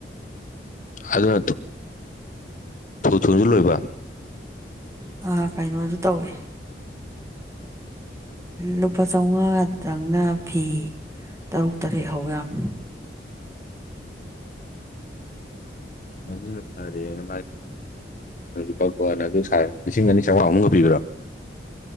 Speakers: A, on the left; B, on the right.
A: ꯑꯗꯨꯅ ꯊꯨ ꯊꯨꯁꯨ ꯂꯣꯏꯕ
B: ꯑ ꯀꯩꯅꯣꯁꯨ ꯇꯧꯋꯦ ꯂꯨꯄꯥ ꯆꯥꯝꯃꯉꯥꯗꯪꯅ ꯐꯤ ꯇꯔꯨꯛ ꯇꯔꯦꯠ ꯍꯧ ꯌꯥꯝꯃꯦ
A: ꯑꯗꯨꯅ ꯐꯥꯔꯦꯅ ꯃꯥꯒꯤ ꯋꯥꯛꯄꯅ <unintelligible> ꯂꯤꯁꯤꯡ ꯑꯅꯤ ꯆꯥꯝꯃꯉꯥꯃꯨꯛꯒ ꯄꯤꯕ꯭ꯔꯣ